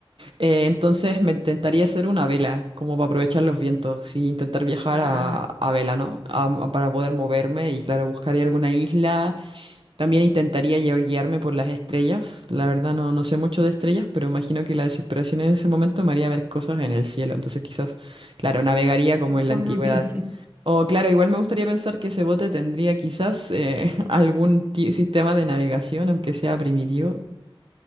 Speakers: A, on the right (about 65°); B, on the right (about 20°).
A: Eh, entonces me intentaría hacer una vela, como para aprovechar los vientos y intentar viajar
B: Ah,
A: a, a vela, ¿no? A- a- para poder moverme y claro, buscaría alguna isla. También intentaría lle- guiarme por las estrellas. La verdad no, no sé mucho de estrellas, pero imagino que la desesperación en ese momento me haría ver cosas en el cielo. Entonces quizás, claro, navegaría como
B: supongo
A: en la antigüedad.
B: que sí.
A: O claro, igual me gustaría pensar que ese bote tendría quizás eh, <laughs> algún ti- sistema de navegación, aunque sea primitivo.